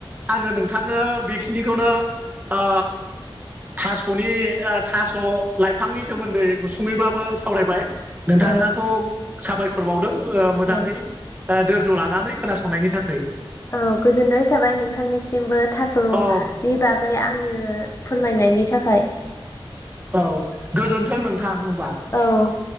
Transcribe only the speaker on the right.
आङो नोंथांनो बेखिनिखौनो ओ थास'नि ओ थास' लाइफांनि सोमोन्दै गुसुङैबाबो सावरायबाय। नोंथाङाखौ
साबायखरबावदों मोजाङै
दोरज' लानानै खोनासंनायनि थाखाय।
औ
औ गोजोन्थों नोंथां होनबा ‌।